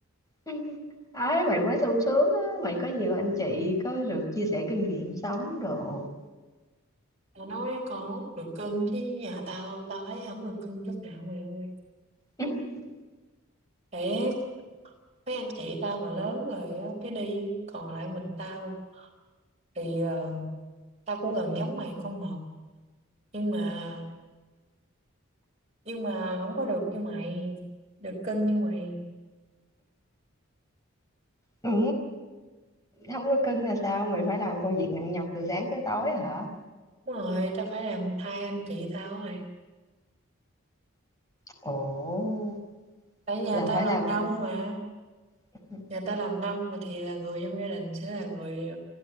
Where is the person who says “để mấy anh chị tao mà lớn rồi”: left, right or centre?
Right